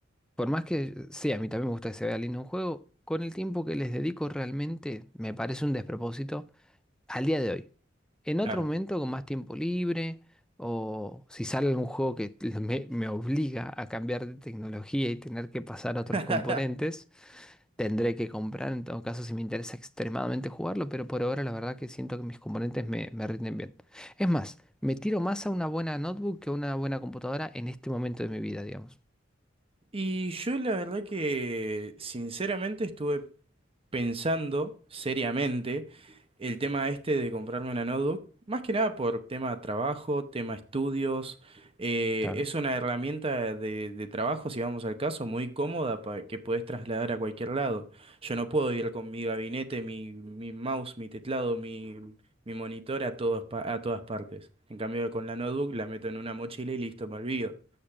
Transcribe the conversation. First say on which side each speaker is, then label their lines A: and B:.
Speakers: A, in the centre; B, on the right.
A: por más que, sí, a mí también me gusta que se vea lindo un juego, con el tiempo que les dedico realmente me parece un despropósito al día de hoy. En
B: Claro.
A: otro momento, con más tiempo libre, o si sale algún juego que <laughs> me, me obliga a cambiar de tecnología y tener que pasar
B: <laughs>
A: a otros componentes, tendré que comprar, en todo caso, si me interesa extremadamente jugarlo, pero por ahora la verdad que siento que mis componentes me, me rinden bien. Es más, me tiro más a una buena notebook que a una buena computadora en este momento de mi vida, digamos.
B: Y yo la verdad que sinceramente estuve pensando seriamente el tema este de comprarme una notebook, más que nada por tema trabajo, tema estudios. eh,
A: Claro.
B: es una herramienta de, de trabajo, si vamos al caso, muy cómoda para que podés trasladar a cualquier lado. Yo no puedo ir con mi gabinete, mi, mi mouse, mi teclado, mi, mi monitor a todas, pa- a todas partes. En cambio, con la notebook la meto en una mochila y listo, me olvido.